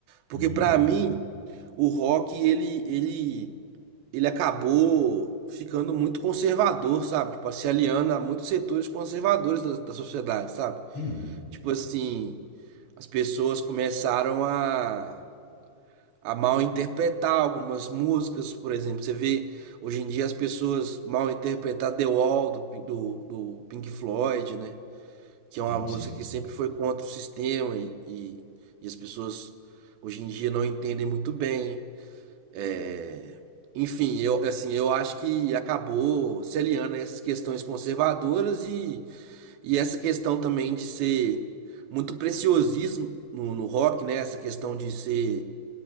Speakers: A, on the right (about 80°); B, on the left (about 45°).
A: Porque
B: Uhum.
A: pra mim, o rock, ele, ele, ele acabou ficando muito conservador, sabe? Tipo, se aliando a muitos setores conservadores da, da sociedade, sabe?
B: Hum.
A: Tipo assim, as pessoas começaram a a mal interpretar algumas músicas, por exemplo. Você vê hoje em dia as pessoas mal interpretar The Wall do, Pin- do, do Pink Floyd, né? Que é uma
B: Sim,
A: música
B: sim,
A: que sempre foi contra o sistema e, e, e as pessoas hoje em dia não entendem muito bem. É, Enfim, eu, assim, eu acho que acabou se aliando a essas questões conservadoras e, e essa questão também de ser muito preciosismo no, no rock, né? Essa questão de ser